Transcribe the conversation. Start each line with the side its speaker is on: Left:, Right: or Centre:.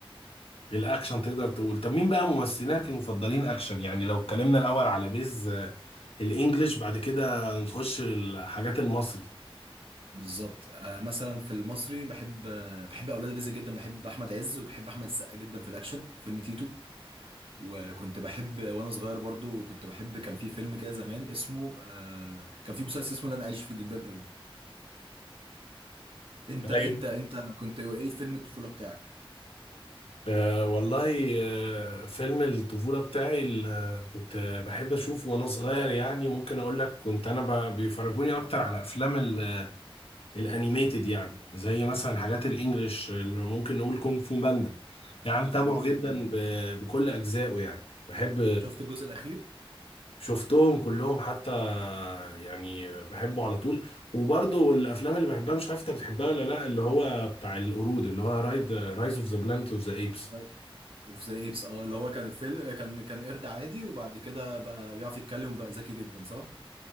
Left: الاكشن تقدر تقول طب مين بقى ممثلينك
Right: آه،
Left: المفضلين اكشن يعني لو اتكلمنا الاول على بيز آه، الانجليش بعد كده نخش للحاجات المصري
Right: بالظبط آه، مثلا في المصري بحب آه، بحب اولاد رزق جدا بحب احمد عز وبحب احمد السقا جدا في الاكشن فيلم تيتو وكنت بحب وانا صغير برضو كنت بحب كان في فيلم كده زمان اسمه آه كان في مسلسل اسمه لن اعيش في جلباب قوي انت انت
Left: ايوه
Right: انت كنت ايه فيلم الطفوله بتاعك
Left: أه والله أه فيلم الطفولة بتاعي اللي كنت بحب أشوفه وأنا صغير يعني ممكن أقول لك كنت أنا ب- بيفرجوني أكتر على أفلام ال- الأنيميتد يعني زي مثلا حاجات الإنجليش اللي ممكن نقول كونغ فو باندا يعني متابعه
Right: كونغ
Left: جدا
Right: فو باندا.
Left: ب- بكل أجزائه يعني بحب
Right: شفت الجزء الاخير
Left: شفتهم كلهم حتى يعني بحبه على طول وبرضه الافلام اللي بحبها مش عارف انت بتحبها ولا لا اللي هو بتاع القرود اللي هو رايد رايز اوف ذا بلانت اوف ذا ايبس
Right: طيب. اوف ذا ايبس اه اللي هو كان الفيلم كان كان قرد عادي وبعد كده بقى بيعرف يتكلم وبقى ذكي جدا صح